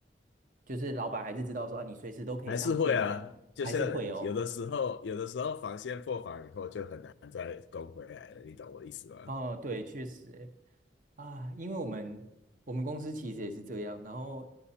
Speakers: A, on the right; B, on the left.
A: 就是老板还是知道说啊，你随时都可以上线，
B: 还是会啊，
A: 那还是会哦。
B: 就是有的时候，有的时候防线破防以后就很难再攻回来了，你懂我的意思吗？
A: 哦，对，确实诶，啊，因为我们我们公司其实也是这样，然后